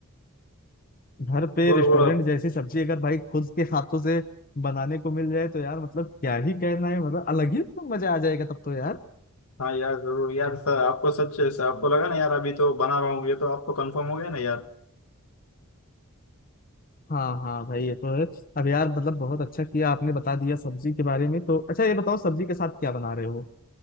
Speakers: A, on the left; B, on the left.
A: घर पे
B: बोलो
A: रेस्टोरेंट
B: बोलो आप
A: जैसी सब्जी अगर भाई खुद के हाथों से बनाने को मिल जाए तो यार मतलब क्या ही कहना है मतलब अलग ही तो मजा आ जाएगा तब तो यार
B: हाँ यार जरूर यार सर आपको सच आपको लगा ना यार अभी तो बना रहा हूँ ये तो आपको कंफर्म हो गया ना यार
A: हाँ हाँ भाई ये तो है अब यार मतलब बहुत अच्छा किया आपने बता दिया सब्जी के बारे में तो अच्छा ये बताओ सब्जी के साथ क्या बना रहे हो